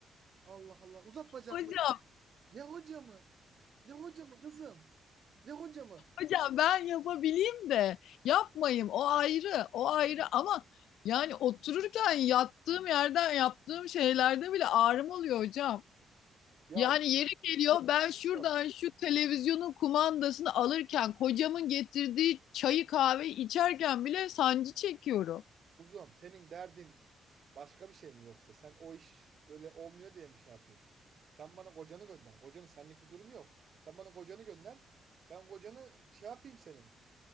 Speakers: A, on the right; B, on the left.
A: Allah Allah. Uzat bacaklarını.
B: Hocam,
A: Ne hoca mı? Ne hoca mı kızım? Ne hoca mı?
B: hocam ben yapabileyim de yapmayayım. O ayrı, o ayrı ama yani otururken yattığım yerden yaptığım şeylerde bile ağrım oluyor hocam.
A: Ya
B: Yani yeri geliyor ben
A: kuzum,
B: şuradan şu televizyonun kumandasını alırken kocamın getirdiği çayı kahveyi içerken bile sancı çekiyorum.
A: kuzum senin derdin başka bir şey mi yoksa? Sen o iş öyle olmuyor diye mi şey yapıyorsun? Sen bana kocanı gönder. Kocanın senlik bir durumu yok. Sen bana kocanı gönder. Ben kocanı şey yapayım senin.